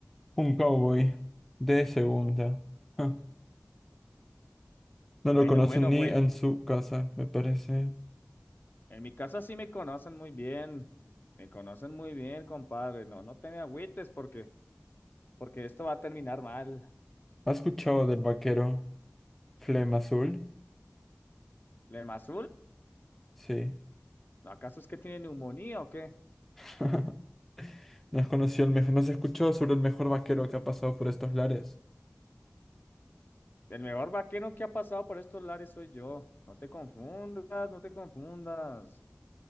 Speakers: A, in the centre; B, on the left (about 40°).
A: Un cowboy de segunda. Ja. No
B: Bueno,
A: lo conocen
B: bueno,
A: ni
B: güey,
A: en su casa, me parece.
B: En mi casa sí me conocen muy bien, me conocen muy bien, compadre. No, no te me agüites porque, porque esto va a terminar mal.
A: ¿Has escuchado del vaquero Flema Azul?
B: Lemazul,
A: Sí.
B: ¿acaso es que tiene neumonía o qué?
A: <laughs> No has conocido el mejor, no has escuchado sobre el mejor vaquero que ha pasado por estos lares.
B: El mejor vaquero que ha pasado por estos lares soy yo. No te confundas, no te confundas.